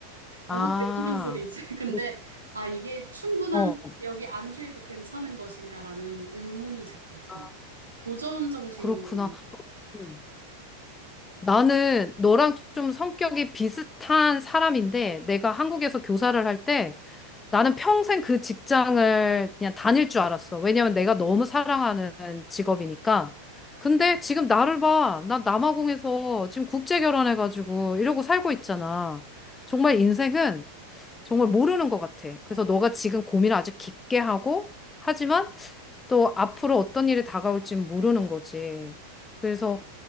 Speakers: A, on the right (about 75°); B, on the left (about 15°).
A: 너무
B: 아.
A: 배부른 소리지. <laughs> 근데
B: 그렇-
A: 아 이게 충분한
B: 어.
A: 여기 안주해도 괜찮은 것인가라는 의문이 자꾸 드는
B: 아,
A: 거죠. 도전 정신이
B: 그렇구나. 음. 나는 너랑 좀 성격이 비슷한 사람인데 내가 한국에서 교사를 할때 나는 평생 그 직장을 그냥 다닐 줄 알았어. 왜냐면 내가 너무 사랑하는 직업이니까. 근데 지금 나를 봐. 나 남아공에서 지금 국제 결혼해가지고 이러고 살고 있잖아. 정말 인생은 정말 모르는 것 같아. 그래서
A: 어떻게
B: 너가 지금 고민을 아주 깊게 하고, 하지만 또 앞으로 어떤 일이 다가올지 모르는 거지. 그래서